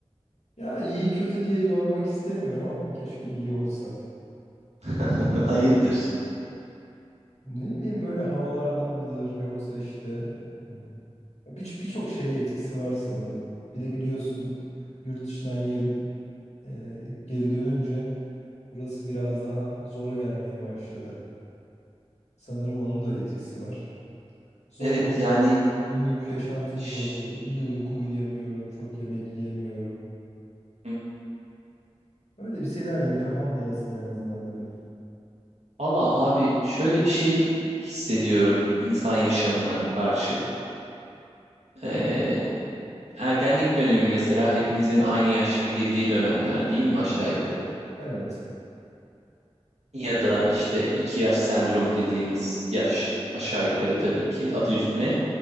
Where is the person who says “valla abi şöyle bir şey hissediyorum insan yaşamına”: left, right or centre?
Right